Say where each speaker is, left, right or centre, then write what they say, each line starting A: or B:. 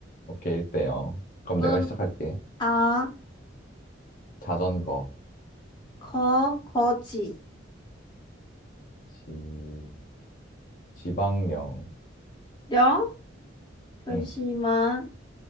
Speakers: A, on the left; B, on the left.
A: 오케이, 1대요. 그럼
B: 음,
A: 내가 시작할게.
B: 아,
A: 자전거.
B: 거, 거지.
A: 지, 지방령.
B: 영? 잠시만.
A: 음,